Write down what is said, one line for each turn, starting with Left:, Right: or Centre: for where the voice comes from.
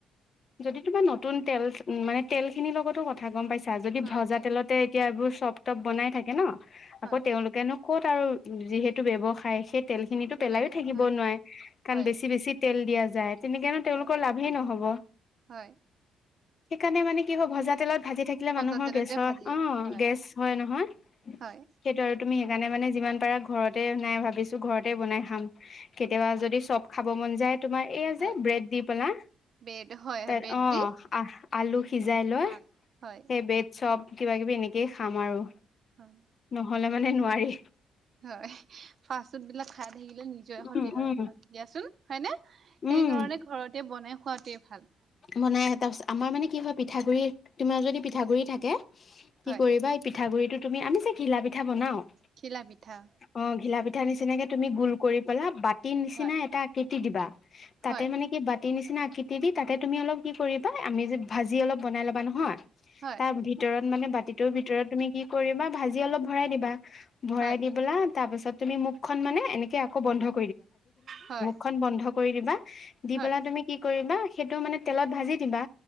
Left: যদি তোমা নতুন তেল মানে তেল খিনিৰ লগতো কথা গম পাইছা যদি
Right: হয়
Left: ভ্ৰজা
Right: দিয়া,
Left: তেলতে োৰ চব প বনাই থাকে ন
Right: হয়,
Left: আকৌ তেওঁলোকেনো ক'ত আৰু যিহেতু ব্য্য়ৱসায় সেই তেল খিনিো পেলাইো
Right: ব্যৱসায়
Left: থাকিব
Right: হয়,
Left: নোৱাৰে কাৰণ
Right: হয়,
Left: বেছি বেছি তেল দিয়া যায় তেনেকনো তেওঁলোকৰ
Right: হয়।
Left: লাভেই নহব
Right: হয়,
Left: সেইকাৰণে মানে কি হ'ব ভজা তেলত ভাজি থাকিলে
Right: ভজা
Left: মানুহৰ
Right: তেলতে
Left: গেছৰ
Right: ভাজি
Left: অ
Right: হয়,
Left: গেছ হয় নহয়
Right: হয়,
Left: সেইটো আৰু তুমি সেইকাৰণে মানে যিমান পাৰা ঘৰতে নাই ভাবিছো ঘৰতে বনাই খাম কেতিয়াবা যদি চব খাব মন যায় তোমাৰ এইয়া
Right: হয়।
Left: যে ব্ৰেড দি পেলা
Right: ব্ৰেড হয়
Left: তাত
Right: হয় ব্ৰেড
Left: অ
Right: দি
Left: আহ আলু সিজাই লৈ
Right: শাক হয়
Left: সেই বেত চব কিবা কিবি এনেকেই খাম আৰু
Right: হয়
Left: নহলে মানে নোৱাৰি
Right: হয় ফা ফুড বিলাক খাই থাকিলে নিজয় ক্ষতি
Left: উম
Right: হয়
Left: উম
Right: হয়িয়াোন হয় ন সেইকাৰণে
Left: উম
Right: ঘৰতে বনাই খোৱাাতোৱে ভাল
Left: বনাই আহ তাৰ পিছত আমাৰ মানে কি হয় পিঠাগুৰি তোমাৰ যদি পিঠাগুৰি থাকে কি
Right: হয়
Left: কৰিবা এই পিঠাগুৰিটোো তুমি আমি যে ঘিলা পিঠা বনাও
Right: খেলা পিঠা
Left: অ ঘিলা পিঠা নিচিনাকে তুমি গোল কৰি পেলা বাতি নিচিনা
Right: হয়
Left: এটা কেতি দিবা তাতে
Right: হয়
Left: মানে কি কাটতি নিচিনা আকৃতি দি তাতে তুমি অলপ কি কৰিবা আমি যে ভাজি অলপ বনাই ল'া নহয়
Right: হয়
Left: তাৰ ভিতৰত মানে বাতিটোৰ ভিতৰত তুমি কি কৰিবা ভাজি অলপ ভৰাই দিবা ভৰাই
Right: হয়
Left: দি বলা তাৰ পিছত তুমি মুখখনন মানে এনেকে আকৌ বন্ধ া ভ
Right: হয়
Left: খ বন্ দিবা তুা
Right: হয়
Left: তেলত ভাজি দিবা